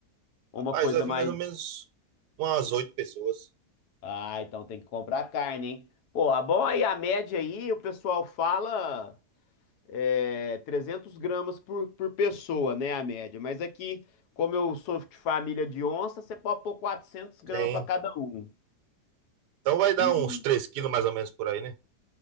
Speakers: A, on the left; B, on the right.
A: Ou
B: Rapaz,
A: Uma coisa
B: vai vir
A: mais.
B: mais ou menos umas oito pessoas.
A: Ah, então tem que comprar carne, hein? Pô, a bom aí, a média aí, o pessoal fala é, 300 gramas por, por pessoa, né? A média. Mas aqui, como eu sou de família de onça, você pode pôr quatrocentos gramas
B: Sim.
A: para cada um.
B: Então vai dar
A: e
B: uns três quilos mais ou menos por aí, né?